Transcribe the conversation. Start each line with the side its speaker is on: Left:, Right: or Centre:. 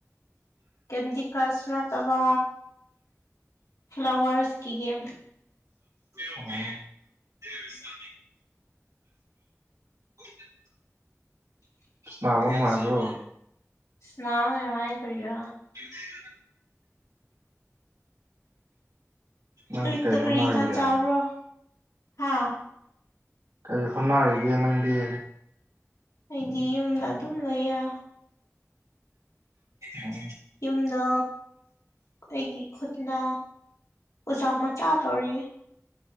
Left: ꯀ‌ꯦꯟꯗꯤ ꯀꯔꯁ ꯅꯠꯇꯕ ꯐ꯭ꯂꯥꯋꯔꯁ ꯀꯤ ꯒ‌ꯦꯝ
Right: ꯑꯣ ꯑꯗꯨꯁ <inaudible> ꯅꯅꯥꯕ ꯅꯉꯥꯏꯔꯤꯕꯣ
Left: ꯎ ꯃꯥꯥꯏ ꯀꯒ
Right: <inaudible> ꯅꯪꯗꯤ
Left: ꯑꯌꯨꯛꯇ
Right: ꯀꯩ
Left: ꯀꯔꯤ
Right: ꯍꯣꯠꯅꯔꯤꯒꯦ
Left: ꯏꯟꯁꯥꯡ ꯆꯥꯕ꯭ꯔꯣ ꯍꯥꯥ
Right: ꯀꯔꯤ ꯍꯣꯠꯅꯔꯤꯒꯦ ꯅꯪꯗꯤ
Left: ꯑꯩꯗꯤ ꯌꯨꯝꯗ ꯑꯗꯨꯝ ꯂꯩꯌꯦ
Right: ꯎꯝ
Left: ꯌꯨꯝꯗ ꯑꯩꯒꯤ ꯈꯨꯠꯅ ꯑꯣꯖꯥ ꯃꯆꯥ ꯇꯧꯔꯤ